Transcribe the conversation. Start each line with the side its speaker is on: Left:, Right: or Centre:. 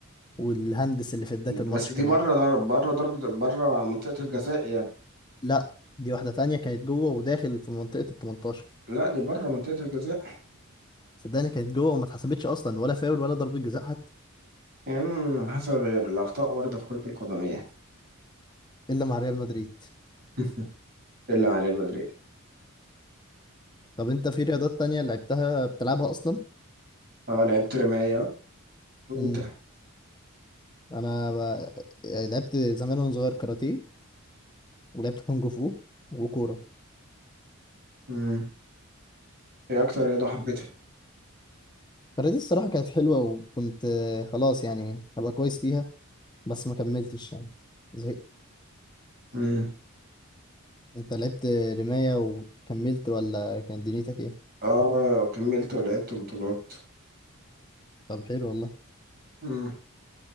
Left: والهندس اللي في بدايه الماتش
Right: بس دي
Left: كمان
Right: بره ضرب بره ضربة بره منطقة الجزاء يعني
Left: لا دي واحده تانية كانت جوه وداخل في منطقه ال 18
Right: لا دي بره منطقة الجزاء
Left: صدقني كانت جوه وما اتحسبتش اصلا ولا فاول ولا ضربة جزاء حتى
Right: يعني حصل غير الأخطاء واردة في كرة القدم يعني
Left: الا مع ريال مدريد
Right: <laughs> إلا على ريال مدريد
Left: طب انت في رياضات تانية لعبتها بتلعبها اصلا
Right: اه لعبت رماية وانت
Left: امم انا ب... يعني لعبت زمان وانا صغير كاراتيه ولعبت كونج فو وكورة
Right: مم. ايه اكتر رياضة حبيتها
Left: الكاراتيه الصراحة كانت حلوة وكنت آه، خلاص يعني هبقى كويس فيها بس ما كملتش يعني زهقت
Right: مم.
Left: انت لعبت رماية وكملت ولا كانت دنيتك ايه
Right: اه كملت ولعبت بطولات
Left: طب حلو والله
Right: مم.